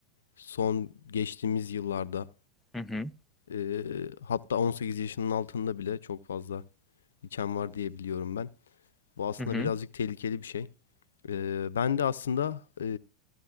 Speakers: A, on the left (about 65°); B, in the centre.
A: Son geçtiğimiz yıllarda
B: Hı hı.
A: e, hatta 18 yaşının altında bile çok fazla içen var diye biliyorum ben. Bu aslında
B: Hı hı.
A: birazcık tehlikeli bir şey. E, ben de aslında e,